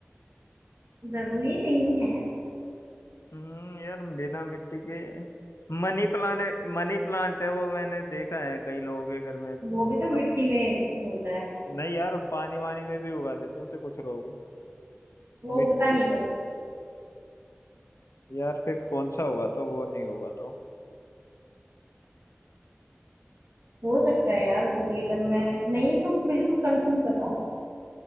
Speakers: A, on the right; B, on the left.
A: जरूरी नहीं है
B: हम्म यार बिना मिट्टी के मनी प्लांट मनी प्लांट है वो मैंने देखा है कई लोगों के घर में मतलब
A: वो भी तो मिट्टी में होता है
B: नहीं यार पानी वानी में भी उगा देते हैं उसे कुछ लोग
A: वो
B: मिट्टी
A: उगता नहीं पर
B: यार फिर कौन सा होगा तो वो नहीं होगा तो
A: हो सकता है यार वो भी अगर मैं नहीं तुम बिल्कुल कंफर्म बताओ